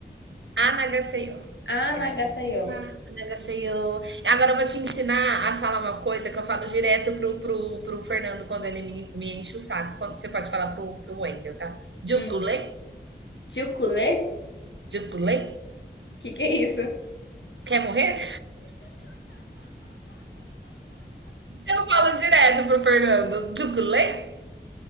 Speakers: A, on the right (about 80°); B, on the left (about 75°).
A: Anagaseyo.
B: Ah,
A: É
B: nagaseyo.
A: tipo, olá, Anagaseyo. Agora eu vou te ensinar a falar uma coisa que eu falo direto pro, pro, pro Fernando quando ele me, me enche o saco. Quando, você pode falar pro, pro Wendel, tá? Jukulê,
B: Hum. Chuculé?
A: Jukulê,
B: O que que é isso? Eu
A: quer morrer? Eu falo direto pro Fernando, Jukulê.